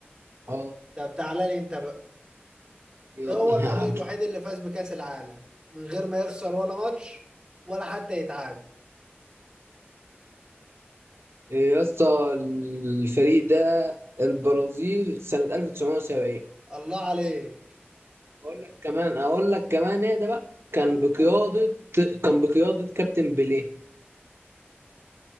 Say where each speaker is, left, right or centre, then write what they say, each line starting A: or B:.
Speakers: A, on the right; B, on the right.
A: اه
B: طب تعالى لي أنت بقى
A: يلا
B: ده هو الفريق
A: يا عم
B: الوحيد اللي فاز بكأس العالم من غير ما يخسر ولا ماتش ولا حتى يتعادل
A: يا اسطى الفريق ده البرازيل سنه 1970
B: الله عليك
A: اقول لك كمان اقول لك كمان ايه ده بقى كان
B: قول
A: بقيادة كان بقيادة كابتن بيليه